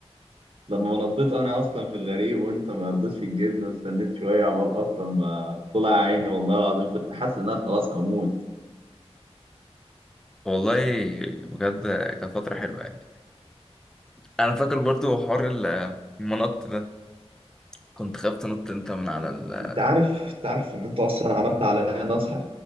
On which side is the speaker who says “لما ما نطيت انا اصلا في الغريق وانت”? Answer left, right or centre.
Right